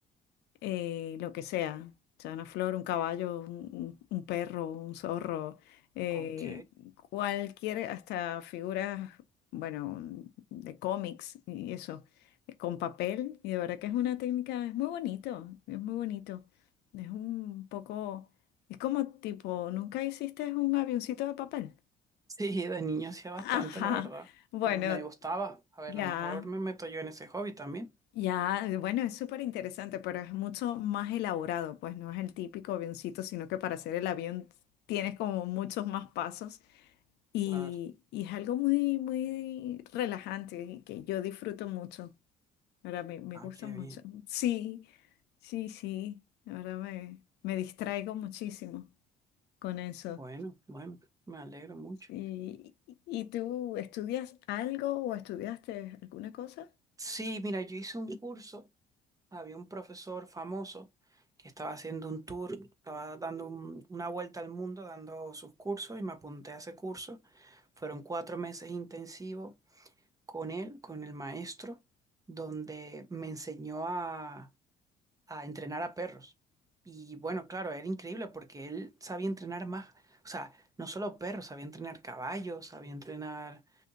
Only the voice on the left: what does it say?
eh, lo que sea, o sea, una flor, un caballo, un, un- un perro, un zorro, eh,
cualquier, hasta figuras, bueno, de cómics y eso, eh, con papel, y de verdad que es una técnica, es muy bonito, es muy bonito, es un poco, es como tipo, ¿nunca hiciste un avioncito de papel? <laughs>
Ajá,
bueno,
ya.
Ya, eh, bueno, es súper interesante, pero es mucho más elaborado, pues no es el típico avioncito, sino que para hacer el avión tienes como muchos más pasos y,
y es algo muy, muy relajante y que yo disfruto mucho. Ahora me, me
gusta
mucho.
Sí, sí, sí, ahora me, me distraigo muchísimo con eso.
¿Y, y tú estudias algo o estudiaste alguna cosa?